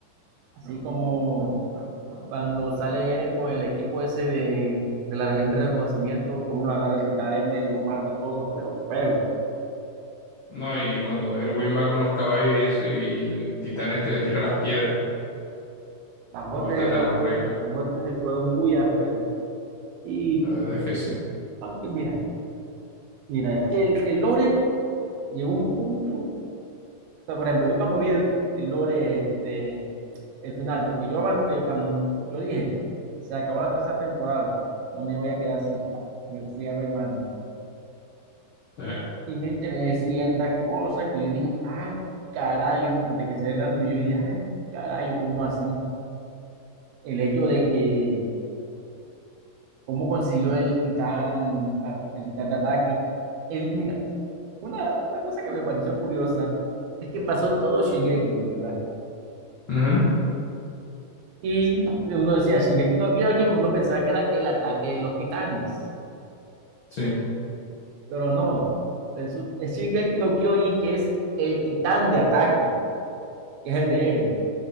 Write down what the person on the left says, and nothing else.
No, y cuando Erwin va con los caballos y eso, y el titán este le tira las piedras.
Muerte
tan horrible.
La verdad es que sí.
Eh,
ujú,
Sí.